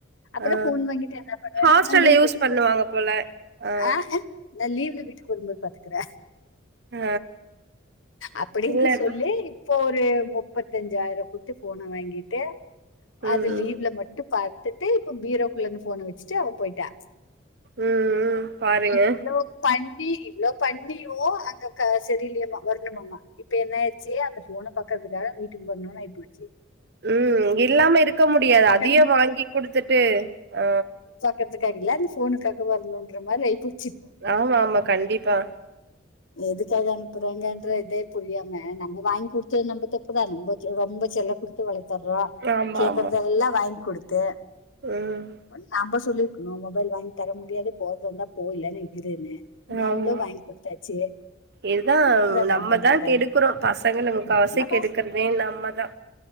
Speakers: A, on the left; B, on the right.
A: அப்பறோ
B: ஆ
A: ஃபோன் வாங்கிட்டு என்ன பண்ணுவன்ன
B: ஹாஸ்டல்ல
A: நா லீவ்ல
B: யூஸ்
A: <unintelligible>
B: பண்ணுவாங்க போல ஆ
A: அ அ நா லீவ்ல வீட்டுக்கு வரும்போது பாத்துக்குற
B: ஆ
A: அப்படின்னு
B: இல்ல
A: சொல்லி
B: ம்
A: இப்போ ஒரு முப்பத்த அஞ்சாயிரோ குத்து ஃபோன வாங்கிட்டு
B: ம்
A: அது லீவ்ல மட்டும் பாத்துட்டு இப்ப பீரோக்குள்ள இந்த ஃபோன வச்சுட்டு அவ போயிட்டா
B: ம் ம் பாருங்க
A: இவ்ளோ பண்ணி இவ்ளோ பண்ணியு அங்க க செரியில்லயாமா வரணுமாமா இப்ப என்ன ஆய்டுச்சு அந்த ஃபோன பாக்கறதுக்காக வீட்டுக்கு வரணுன்னு ஆய்போச்சி
B: ம் இல்லாம இருக்க முடியாது
A: பாக்கற
B: அதையு வாங்கி குடுத்துட்டு ஆ
A: கஞ்சகாரில அந்த ஃபோனுக்காக வரணுன்ற மாரி ஆயிப்போச்
B: ஆமா ஆமா கண்டிப்பா
A: எதுக்காக அனுப்புறாங்கன்ற இதே புரியாம நம்ம வாங்கி குடுத்தது நம்ம தப்புதா நம்ம ரொம்ப செல்ல குடுத் து வளத்தறோ
B: ஆமா
A: கேக்கறத
B: ஆமா
A: எல்லா வாங்கி குடுத்து
B: ம்
A: நாம்ப சொல்லிருக்கணு மொபைல் வாங்கி தர முடியாது போர்தா இருந்தா போ இல்லானா இருன்னு நாம்பளு
B: ஆமா
A: வாங்கி குடுத்தாச்சு
B: இதுதா
A: அப்றோ என்ன
B: நம்மதா
A: பண்றது
B: கெடுக்குறோ பசங்கள முக்காவவசிககெடுக்குறதே
A: உண்மதா
B: நம்மதா